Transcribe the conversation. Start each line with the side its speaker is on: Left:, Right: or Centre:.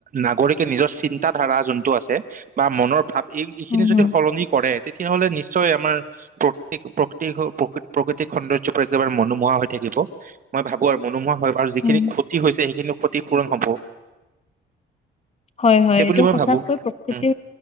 Right: নাগৰিকে নিজৰ চিন্ত ধাৰা যোনটো আছে বা মনৰ ভাৱ এই এইখিনি
Left: উম
Right: যদি
Left: হুম
Right: সলনি কৰে তেতিয়াহলে নিশ্চয় আমাৰ প্ৰকৃ প্ৰকৃ প্ৰ প্ৰকৃতিক সৌন্দৰ্য একেবাৰে মনোমোহা হৈ থাকিব মই ভাবো আৰু ম‌ই নোহোৱা হয় আৰু যিখিনি
Left: উম
Right: ক্ষতি হৈছে সেইখিনিও ক্ষতিপূৰণ হ'ব
Left: হয় হয়
Right: সেই
Left: এইটো
Right: বুলি মই
Left: সঁচাকৈ
Right: ভাবো।
Left: প্ৰকৃতি
Right: উম।